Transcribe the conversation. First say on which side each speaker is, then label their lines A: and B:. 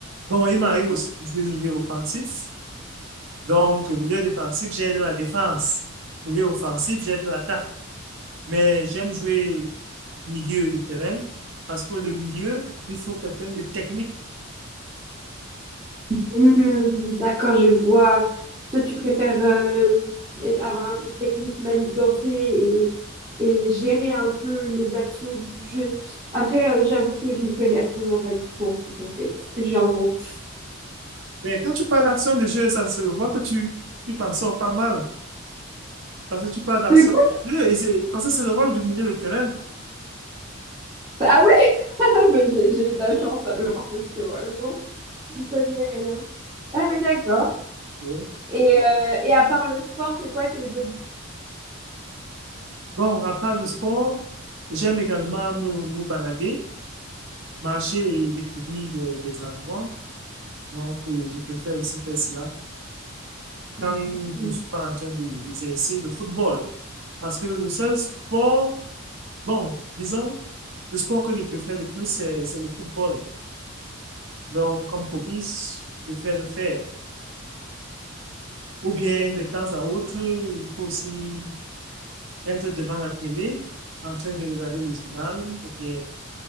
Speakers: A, on the right; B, on the right.
A: Bon, il m'arrive aussi de jouer milieu offensif. Donc, milieu défensif, j'ai de la défense. Milieu offensif, j'ai de l'attaque. Mais j'aime jouer milieu de terrain parce que le milieu, il faut quelqu'un de technique.
B: Hmm, d'accord, je vois. Toi, tu préfères euh, avoir un peu de technique, manigancer et, et gérer un peu les actions du jeu. Après, euh, j'avoue que je m'y connais absolument pas du tout en foot, en fait. J'invente.
A: Mais quand tu parles d'action de jeu, ça se voit que tu tu t'en sors pas mal parce que tu parles d'action
B: C'est cool.
A: de jeu et c'est parce que c'est le rôle du milieu de terrain.
B: Ah oui, <laughs> mais j'ai j'ai eu de la chance alors, parce que vraiment, j'y connais rien. Ah mais d'accord.
A: Oui.
B: Et, euh, et à part le sport, c'est quoi tes hobbies?
A: Bon, après le sport, j'aime également me, me balader, marcher et découvrir des, des endroits. Donc, euh, je préfère aussi faire cela
B: Mhm.
A: quand je ne suis pas en train de- d'exercer le football. Parce que le seul sport Bon, disons, le sport que je préfère le plus, c'est c'est le football. Donc, comme hobby, je préfère le faire. Ou bien, de temps à autre, il faut aussi être devant la télé, en train de regarder le journal, ou bien